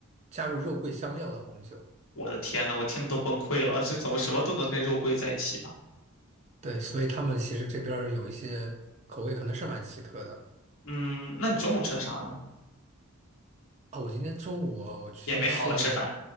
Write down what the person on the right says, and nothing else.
加入肉桂香料的红酒。
对，所以他们其实这边儿有一些口味可能是蛮奇特的
啊。我今天中午啊我去吃的，